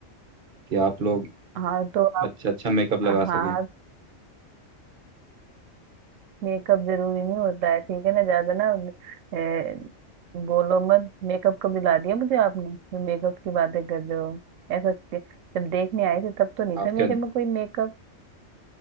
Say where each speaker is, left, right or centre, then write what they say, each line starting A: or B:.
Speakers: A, on the right; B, on the right.
A: कि आप लोग
B: हाँ तो आप
A: अच्छा अच्छा मेकअप लगा
B: हाँ
A: सकें
B: मेकअप जरूरी नहीं होता है ठीक है ना ज्यादा ना ए, बोलो मत मेकअप कब दिला दिया मुझे आपने जो मेकअप की बातें कर रहे हो ऐसा कि- जब देखने आए थे तब तो नहीं
A: आप
B: था मेरे
A: क्या
B: में कोई मेकअप